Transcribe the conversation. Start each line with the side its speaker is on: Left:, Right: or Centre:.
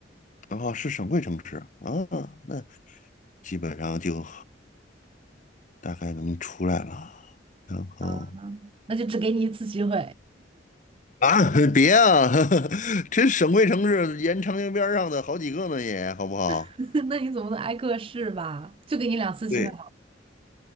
Left: 哦，是省会城市啊，那基本上就大概能出来了，然后。
Right: 啊，那就只给你一次机会，
Left: <laughs> 啊，别啊，<laughs> 这省会城市沿长江边儿上的好几个呢也，好不好？
Right: <laughs> 那你总不能挨个试吧？就给你两次机会
Left: 对，